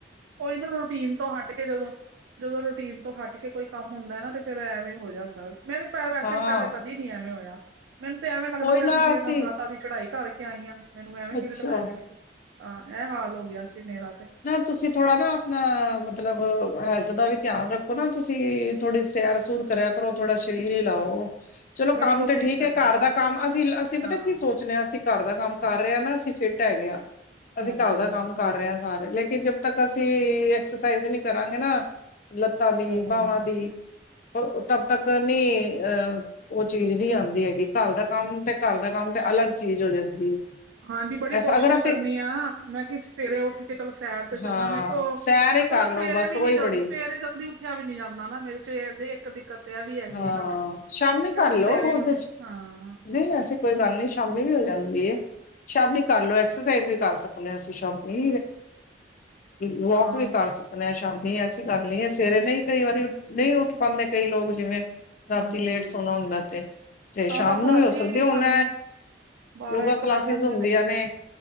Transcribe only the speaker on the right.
ਕੋਈ ਨਾ ਰੂਟੀਨ ਤੋਂ ਹੱਟ ਕੇ ਜਦੋਂ ਜਦੋਂ ਰੂਟੀਨ ਤੋਂ ਹੱਟ ਕੇ ਕੋਈ ਕੰਮ ਹੁੰਦਾ ਨਾ ਤੇ ਫਿਰ ਐਵੇਂ ਹੋ ਜਾਂਦਾ ਮੈਨੂੰ ਵੈਸੇ
ਪੈਲੇ ਕਦ ਦੀ ਨੀ ਐਵੇਂ ਹੋਇਆ ਮੈਨੂੰ ਤੇ ਐਵੇਂ ਲੱਗਦਾ
ਪਿਆ
ਸੀ ਜਿਵੇਂ
ਮੈਂ ਮਾਤਾ ਦੀ ਚੜ੍ਹਾਈ ਕਰਕੇ ਆਈ ਆਂ। ਮੈਨੂੰ ਐਵੇਂ
ਗਿਲਟ ਪੈ ਗਏ ਸੀ ਹਾਂ ਇਹ ਹਾਲ ਹੋ ਗਿਆ ਸੀ ਮੇਰਾ ਤੇ
ਬੜੀ
ਕੋਸ਼ਿਸ਼
ਕਰਨੀ
ਆ
ਹਾਂ।
ਹਾਂਜੀ,
ਹਾਂਜੀ,
ਹਾਂਜੀ।
ਹਾਂਜੀ ਬੜੀ
ਕੋਸ਼ਿਸ਼
ਕਰਨੀ ਆ, ਮੈਂ ਕਿ ਸਵੇਰੇ ਉੱਠ ਕੇ ਚਲ ਸੈਰ ਤੇ ਚੱਲਣਾ
ਮੇਰੇ ਕੋਲ।
ਮੇਰੇ
ਕੋਲ ਨਾ ਸਵੇਰੇ
ਵੀ
ਨੀ ਜਲਦੀ
ਸਵੇਰੇ ਜਲਦੀ ਉੱਠਿਆ ਵੀ ਨੀ ਜਾਂਦਾ। ਨਾ ਮੇਰੇ ਚ ਇੱਕ ਦਿਕਤ ਵੀ ਹੈਗੀ
ਆ ਨਾ। ਮੈਨੂੰ
ਫਿਰ ਸਵੇਰੇ
ਨੂੰ
ਹਾਂ।
ਹਾਂ,
ਹਾਂ,
ਹਾਂਜੀ।
ਹਾਂ ਬਸ
ਰਾਤੀ
ਸਾਨੂੰ ਬਾਰਾਂ
ਇੱਕ
ਵੱਜ ਜਾਂਦੇ